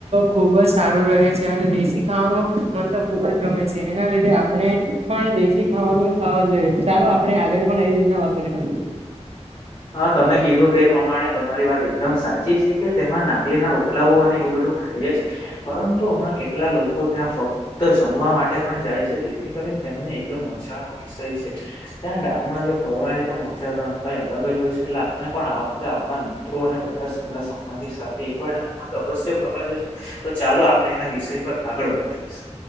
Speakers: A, on the right; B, on the left.
A: ખુબ જ સારું રહે છે અને દેશી ખાવાનું મન તો ખુબ ગમે છે એના લીધે આપણે પણ દેશી ખાવાનું ખાવા જોઈએ ચાલો આપણે આગળ પણ એ રીતના વાત <inaudible>
B: હા તમે કીધું તે પ્રમાણે તમારી વાત એકદમ સાચી છે કે તેમાં નાગલી ના રોટલાઓ અને એવું બધું પરંતુ હમણાં કેટલા લોકો ત્યાં ફક્ત જમવા માટે પણ જાય છે જેથી કરી તેમની એકદમ મજાનો વિષય છે ત્યાં ડાંગ માં જો ફરવાની તો મજા કઈ અલગ હોય છે એટલે આપણે પણ આપડા આપણા મિત્રો અને બધા સગા સંબંધી સાથે એકવાર ડાંગ માં તો અવશ્ય ફરવા જસુ તો ચાલો આપણે એના વિષય પર આગળ વાત કરીશું.